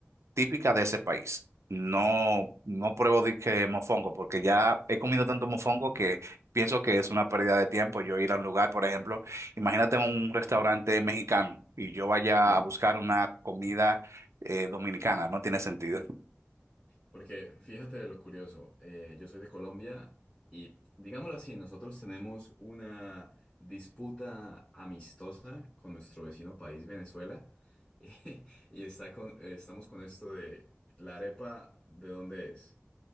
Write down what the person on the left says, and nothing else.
Sí.
Porque fíjate lo curioso, eh, yo soy de Colombia y digámoslo así, nosotros tenemos una disputa amistosa con nuestro vecino país Venezuela <laughs> y está con, eh, estamos con esto de la arepa, ¿de dónde es?